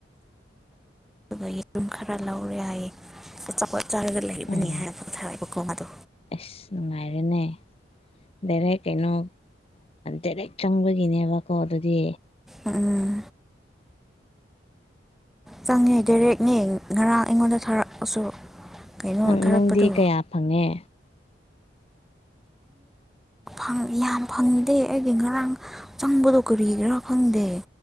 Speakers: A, in the centre; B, on the left.
A: ꯑꯗꯨꯒꯨꯝ ꯈꯔ ꯂꯧꯔꯦ ꯍꯥꯏꯌꯦ ꯆꯥꯎ ꯆꯥꯂꯒ ꯂꯩꯔꯤꯕꯕꯅꯤ
B: ꯑꯣ
A: ꯍꯥꯏꯔ ꯊꯥꯕꯀꯣ ꯑꯗꯣ
B: ꯑꯁ ꯅꯨꯡꯉꯥꯏꯔꯦꯅꯦ ꯗꯥꯏꯔꯦꯛ ꯀꯩꯅꯣ ꯗꯥꯏꯔꯦꯛ ꯆꯪꯕꯒꯤꯅꯦꯕꯀꯣ ꯑꯗꯨꯗꯤ
A: ꯎꯝ ꯆꯪꯉꯦ ꯗꯥꯏꯔꯦꯛꯅꯦ ꯉꯔꯥꯡ ꯑꯩꯉꯣꯟꯗ ꯊꯥꯔꯛꯑꯁꯨ ꯀꯩꯅꯣ
B: ꯅꯪ
A: ꯊꯥꯔꯛꯄꯗꯣ
B: ꯅꯪꯗꯤ ꯀꯌꯥ ꯐꯪꯉꯦ
A: ꯑꯩ ꯌꯥꯝ ꯐꯪꯗꯦ ꯑꯩꯗꯤ ꯉꯔꯥꯡ ꯆꯪꯕꯗꯣ ꯀꯔꯤ ꯈꯔꯥ ꯐꯪꯗꯦ